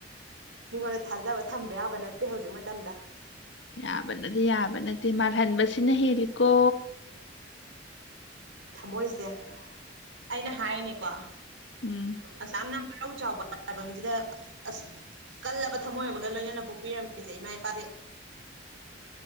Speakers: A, on the right; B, on the left.
A: ꯃꯤꯉꯣꯟꯗ ꯊꯥꯖꯕ ꯊꯝꯕ ꯌꯥꯕ ꯅꯠꯇꯦ ꯍꯧꯖꯤꯛ ꯃꯇꯝꯗ
B: ꯌꯥꯕꯅꯗꯤ ꯌꯥꯕ ꯅꯠꯇꯦ ꯃꯥꯜꯍꯟꯕꯁꯤꯅ ꯍꯦꯜꯂꯤꯀꯣ
A: ꯊꯝꯃꯣꯏꯁꯦ ꯑꯩꯅ ꯍꯥꯏꯔꯤꯅꯦꯀꯣ
B: ꯎꯝ
A: ꯑꯁꯥꯝꯅ ꯃꯔꯥꯎ ꯆꯥꯎꯕ ꯂꯥꯏꯕꯁꯤꯗ ꯑꯁ ꯀꯜꯂꯕ ꯊꯝꯃꯣꯏ ꯑꯃꯒ ꯂꯣꯏꯅꯅ ꯄꯣꯛꯄꯤꯔꯝꯃꯤꯁꯦ ꯏꯃꯥ ꯏꯄꯥꯗꯤ